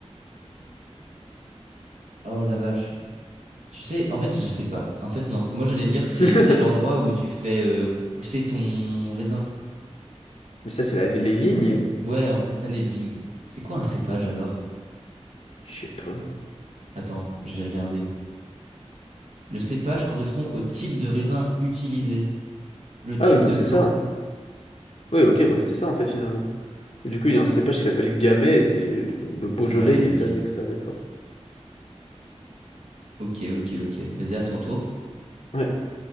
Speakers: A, on the right; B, on the left.
A: Oh la vache. Tu sais, en fait, je sais pas. En fait, non. Moi, j'allais dire que c'est,
B: <laughs>
A: tu sais, l'endroit où tu fais euh, pousser ton raisin.
B: Mais ça, c'est la, les vignes?
A: Ouais, en fait, ça, les vignes. C'est quoi un cépage alors?
B: Je sais pas.
A: Attends, je vais regarder. Le cépage correspond au type de raisin utilisé, le type
B: Ah oui, donc
A: de plant.
B: c'est ça. hein. Oui, ok, bah c'est ça en fait finalement. Et du coup, il y a un cépage qui s'appelle Gamay et c'est le le Beaujolais,
A: Ouais,
B: il
A: ok.
B: est fait avec ça, d'accord.
A: Ok, ok, ok. Vas-y, à ton tour.
B: Ouais.